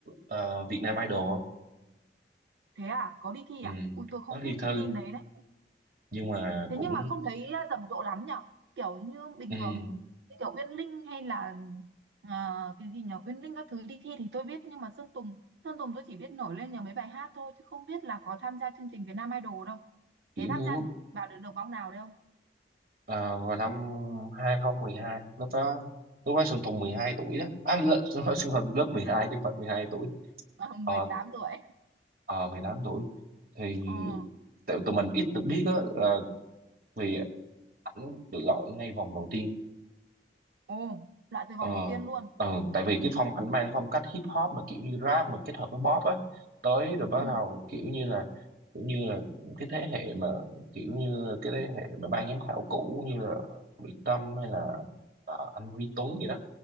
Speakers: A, on the right; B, on the right.
A: ờ, Việt Nam Idol không
B: thế à, có đi thi
A: Ừm,
B: à? Ui tôi không
A: có đi
B: biết cái
A: thi
B: tin đấy đấy.
A: nhưng mà
B: thế
A: cũng
B: nhưng mà không thấy à, rầm rộ lắm nhở kiểu như bình
A: ừm,
B: thường như kiểu Uyên Linh hay là à, cái gì nhở Uyên Linh các thứ đi thi thì tôi biết nhưng mà Sơn Tùng Sơn Tùng tôi chỉ biết nổi lên nhờ mấy bài hát thôi chứ không biết là có tham gia chương trình Việt Nam Idol đâu
A: kiểu
B: thế tham
A: như
B: gia
A: lúc
B: vào được được vòng nào đấy không
A: ờ, vào năm 2012 lúc đó lúc đó Sơn Tùng 12
B: ừ,
A: tuổi đó à, lớp, <laughs> Sơn Tùng lớp 12 chứ không phải 12 tuổi
B: à,
A: Ờ,
B: 18 tuổi
A: ờ, mười tám tuổi thì
B: ờ
A: tại tụi mình ít được biết á ờ, vì ảnh được gọi ngay vòng đầu tiên
B: ồ loại từ
A: ờ
B: vòng đầu tiên luôn
A: ờ, tại vì cái phong ảnh
B: ừ
A: mang phong cách hip hop mà kiểu như rap mà kết hợp với pop á tới rồi bắt
B: ừ
A: đầu kiểu như là kiểu như là cái thế hệ mà kiểu như cái thế hệ mà ban giám khảo cũ như là Mỹ Tâm hay là ờ, anh Huy Tuấn gì đó